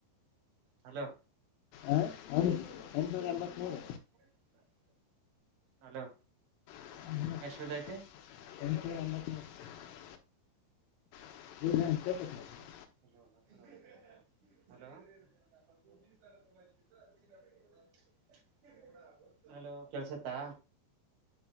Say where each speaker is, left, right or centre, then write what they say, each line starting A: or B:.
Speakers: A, on the right; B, on the left.
A: ಹಲೋ
B: ಎಂಟ್ನೂರ
A: <unintelligible>
B: ಎಂಬತ್ಮೂರು
A: ಹಲೋ
B: <unintelligible>
A: ಎಷ್ಟ ಬಿದ್ದೈತಿ
B: <inaudible> <unintelligible>
A: ಹಲೋ ಹಲೋ <unintelligible> <unintelligible> ಅಲೋ ಕೆಲ್ಸತ್ತಾ